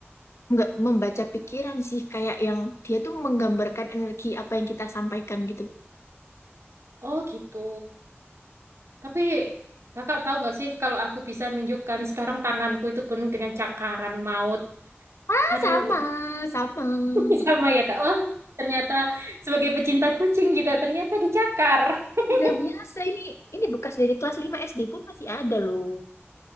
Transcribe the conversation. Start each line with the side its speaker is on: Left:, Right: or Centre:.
Left: Nggak membaca pikiran sih, kayak yang dia tuh menggambarkan energi apa yang kita sampaikan gitu.
Right: Oh gitu. Tapi kakak tahu nggak sih kalau aku bisa nunjukkan sekarang tanganku itu penuh dengan cakaran maut.
Left: Ah,
Right: Aduh
Left: sama,
Right: itu
Left: sama.
Right: <laughs> sama ya kak. Wah ternyata sebagai pecinta kucing juga ternyata dicakar. <laughs>
Left: Udah biasa ini, ini bekas dari kelas 5 SD pun masih ada loh.